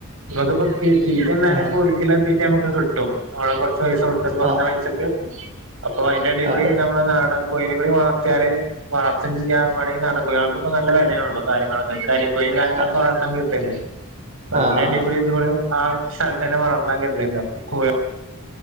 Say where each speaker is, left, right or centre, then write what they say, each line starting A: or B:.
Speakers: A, on the right; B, on the right.
A: നമ്മക്കിപ്പ ഇപ്പ ഈ തീറ്റ തിന്നാന്
B: ആഹ്
A: ഇപോ ഒര് കിലോ തീറ്റ നമ്മക്ക് കിട്ടും നമ്മള് കൊറച്ച് പൈസ കൊടുത്തിട്ട് കൊറഞ്ഞ
B: ആഹ്
A: പൈസക്ക് അപ്പൊ അതിന്റെ എടേ കൂടി
B: അതെ
A: നമ്മുടെ നാടൻ കോഴിനെ കൂടി വളർത്തിയാല് വളർത്തെം ചെയ്യാം വെണങ്കി ന ഇപ്പ കോഴിയൾക്കിപ്പോ നല്ല വെലയാണല്ലോ കാര്യങ്ങള് ഇപ്പ കരിങ്കോഴീം കര്യങ്ങളൊക്കെ
B: ആഹ്
A: <unintelligible> അപ്പ അതിന്റെ
B: ആഹ്
A: എടേ കൂടി ഇതുങ്കൂടെ ആഹ് സ്ഥലത്തന്നെ വളർത്താൻ കര്തണ്ടോ കോയിവ